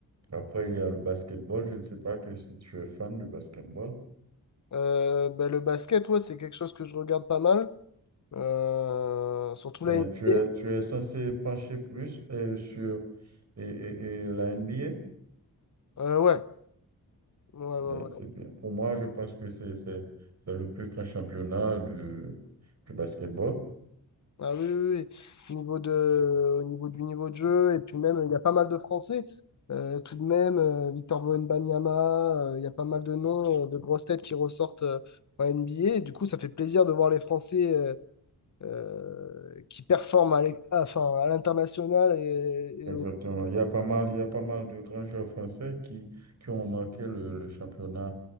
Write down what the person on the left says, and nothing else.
Euh, ben, le basket, ouais, c'est quelque chose que je regarde pas mal. Euh, surtout la
NBA.
Euh, ouais. Ouais, ouais,
ouais.
Ah oui, oui, oui. Au niveau de, au niveau du niveau de jeu, et puis même, il y a pas mal de Français. Euh, tout de même, euh, Victor Wembanyama, euh, il y a pas mal de noms, euh, de grosses têtes qui ressortent euh, en NBA. Et du coup, ça fait plaisir de voir les Français euh, euh, qui performent à l'e- à- enfin, à l'international. Et, et
au-